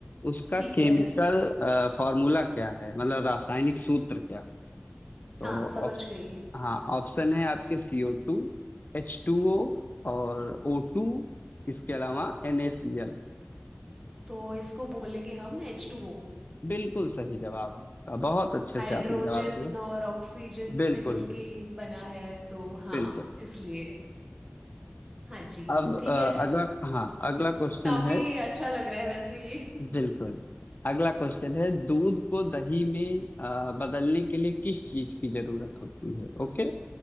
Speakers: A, on the left (about 45°); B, on the right (about 15°).
A: उसका
B: ठीक
A: केमिकल
B: है
A: फॉर्मूला क्या है मतलब रासायनिक सूत्र क्या है? तो
B: हाँ
A: ऑप,
B: समझ गई
A: हाँ ऑप्शन है आपके CO two H two O और ओ टू इसके अलावा NaCl
B: तो इसको बोलेंगे हम एच टू ओ
A: बिल्कुल सही जवाब आपका बहुत अच्छे
B: हाइड्रोजन
A: से आपने जवाब दिया
B: और ऑक्सीजन
A: बिल्कुल
B: से मिलके
A: बिल्कुल
B: ये बना है तो हाँ
A: बिल्कुल
B: इसलिए हाँ जी
A: अब अ,
B: ठीक है
A: अगला हाँ अगला क्वेश्चन
B: काफी
A: है
B: अच्छा लग रहा है वैसे ये
A: बिल्कुल अगला क्वेश्चन है दूध को दही में अ, बदलने के लिए किस चीज की जरूरत होती है ओके